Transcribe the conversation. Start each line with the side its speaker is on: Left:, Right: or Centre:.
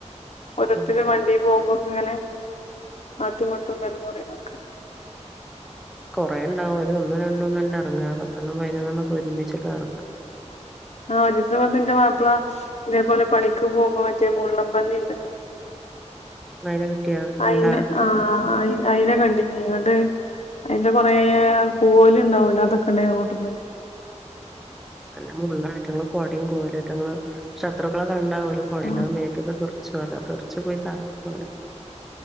Left: ഓരോത്തര്‌
Centre: ഉം.
Left: വണ്ടീ പോവുമ്പോക്കെ ഇങ്ങനെ ആട്ടും മട്ടും വേലമുറയിലൊക്കെ
Centre: കുറേ ഉണ്ടാവും ഒരു ഒന്നും രണ്ടോന്നല്ല ഇറങ്ങാർ പത്തെണ്ണം പയിനെഴണ്ണക്കേ ഒരുമിച്ചിട്ടാറങ്ങാ
Left: ആഹ് ഒരിസവന്നിന്റെ മാപ്പ്‌ള ഇതേപോലെ പണിക്ക് പോകുമ്പോവ മറ്റ മുള്ളം പന്നി ഉണ്ടല്ലോ
Centre: അതിനെ കിട്ടിയാ കണ്ടാ
Left: അയിന് ആ ആ അയിനെ കണ്ടിനി ഇങ്ങോട്ട് അതിന്റെ കൊറെേ കോല് ഉണ്ടാവലോ അതൊക്കെ ഉണ്ട് റോട്ട്മേല്
Centre: അല്ല മുള്ളാ ആറ്റങ്ങള് കോടയും കോലാറ്റങ്ങള് ശത്രുക്കളൊക്കെ കണ്ടാവല കൊടേല
Left: ആഹ്
Centre: മേത്തക്കെ തറച്ചുവല്ല തെർച്ച് പോയി തറക്കുവല